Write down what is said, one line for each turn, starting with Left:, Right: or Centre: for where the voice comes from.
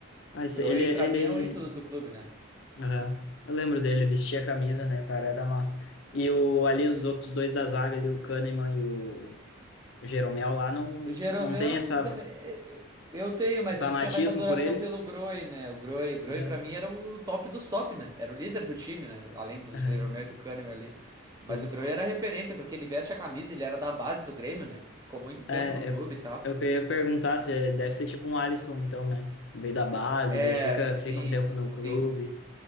Left: Ah, esse-
Right: Groi,
Left: ele, ele,
Right: pra mim, é o ídolo do clube, né?
Left: aham. Eu lembro dele, vestia a camisa, né, cara, era massa. E o, ali os outros dois da zaga, ali, o Kahneman e o Jeromel lá, não,
Right: O Jeromel
Left: não tem essa
Right: também. é, é, Eu tenho, mas
Left: Fanatismo
Right: eu tinha mais adoração
Left: por eles?
Right: pelo Groy, né? O Groy, o Groy
Left: Aham,
Right: pra mim era o top dos top, né? Era o líder do time, né? Além do
Left: aham,
Right: Jeromel e do Kahneman ali.
Left: sim.
Right: Mas o Groy era referência, porque ele veste a camisa, ele era da base do Grêmio, né? Ficou muito tempo
Left: É,
Right: no clube
Left: eu,
Right: e tal.
Left: eu queria perguntar se é- deve ser tipo um Alisson, então, né? Veio da base,
Right: É,
Left: daí fica,
Right: sim,
Left: fica um tempo
Right: sim.
Left: no clube.